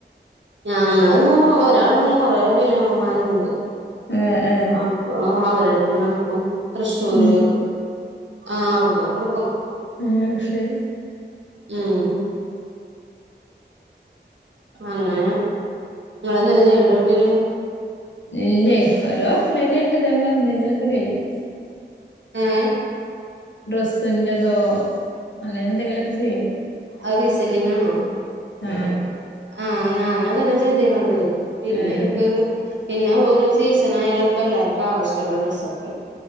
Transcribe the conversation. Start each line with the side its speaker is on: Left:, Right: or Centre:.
Right: ഞങ്ങള് ഒരാളന്നുല്ല കൊറേ ഡിലാർമാര്ണ്ട്
Left: ആഹ് ആഹ്
Right: അപ്പൊ അവരുട്ത്ത്ന്നാണ്പ്പം തൃശ്ശൂര്
Left: ഉം
Right: ആഹ് ആവിടുന്ന അപക്കും
Left: എഹ് അശരി
Right: ഉം അങ്ങനെ നിങ്ങെന്തല്ല ചെയ്യേണ്ട വീട്ടിന്ന്
Left: ഇല്ലേയ് ഓരോമെന ഇട്ട് നമ്മള എന്തെങ്കിലൊക്കെ ചെയ്യും
Right: ഏ
Left: ഡ്രസ്സിന്റതോ അങ്ങനെ എന്തെങ്കിലുമൊക്കെ ചെയ്യും
Right: അയ് റീസല്ലിങ്ങ് ആണോ
Left: ആഹ്
Right: ആഹ് ഞാനതാന്നെ ചെയ്തിരിന്നാത് പിന്നെ
Left: ആഹ്
Right: എനിക്ക് പിന്നെ ഒരു സീസൺ ആയാലാണ് എല്ലാർക്കും ആവശ്യള്ള ഡ്രസ്സൊക്കെ